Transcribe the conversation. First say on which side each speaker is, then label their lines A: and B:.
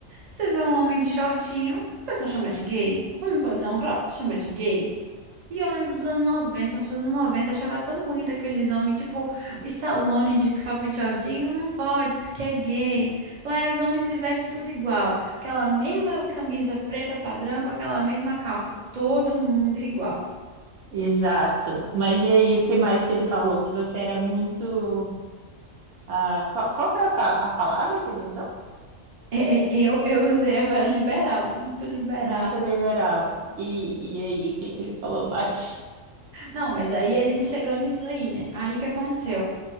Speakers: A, on the right; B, on the right.
A: Você vê um homem de shortinho, o pessoal chama de gay. O homem pode usar um crop, chama de gay. E eu lembro dos anos 90, são pessoas dos anos 90 achava tão bonito aqueles homens, tipo Stallone de cropped shortinho, não pode, porque é gay. Lá os homens se vestem tudo igual, aquela mesma camisa preta padrão com aquela mesma calça, todo mundo igual.
B: Exato. Mas e aí, o que mais que ele falou? Que você era muito. ah, qual, qual foi a, pa- a palavra que ele usou?
A: É, é, eu, eu usei agora liberal, né? Muito liberal.
B: Muito liberal. E, e aí, o que que ele falou mais?
A: Não, mas aí a gente chegou nisso aí, né? Aí que aconteceu?